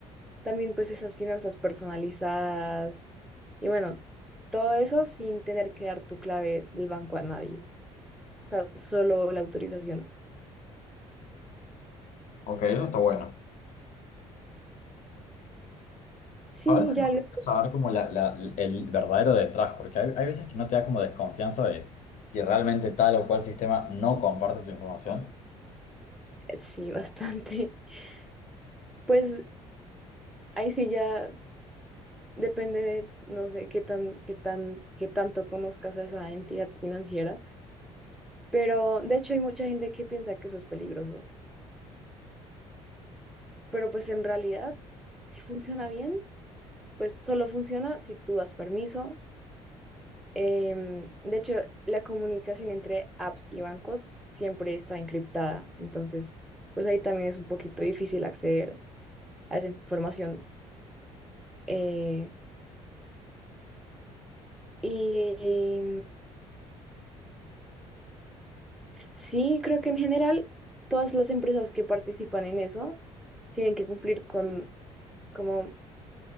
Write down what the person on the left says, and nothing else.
Ok, eso está bueno.
Ahora
me gustaría
saber como la- la- el verdadero detrás, porque hay, hay veces que no te da como desconfianza de si realmente tal o cual sistema no comparte tu información.